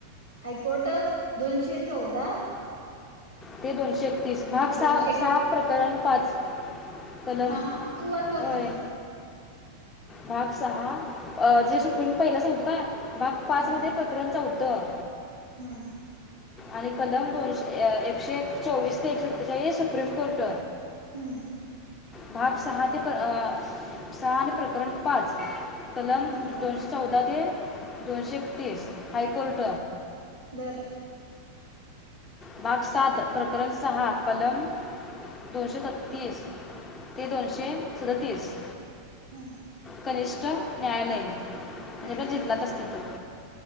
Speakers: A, on the left; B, on the left.
A: हायकोर्ट दोनशे चौदा
B: ते दोनशे एकतीस भाग सहा
A: दोनशे
B: सहा प्रकरण पाच कलम
A: हा हा तू वाच वाच
B: होय भाग सहा अ
A: प्रकार
B: जे सुप्रीम पहिला संपतो का भाग पाच
A: हम्म
B: मध्ये प्रकरण चौथं.
A: हम्म
B: आणि कलम दोनशे एकशे चोवीस ते एकशे सत्तेचाळीस सुप्रीम कोर्ट
A: हम्म
B: भाग सहा ते सहा आणि प्रकरण पाच कल
A: हम्म
B: दोनशे चौदा ते दोनशे एकतीस हायकोर्ट
A: बर
B: भाग सात प्रकरण सहा कलम दोनशे छत्तीस ते दोनशे सदतीस
A: हम्म
B: कनिष्ठ न्यायालय म्हणजे
A: गणेश
B: जो जिल्ह्यात
A: न्यायालय
B: असतो तो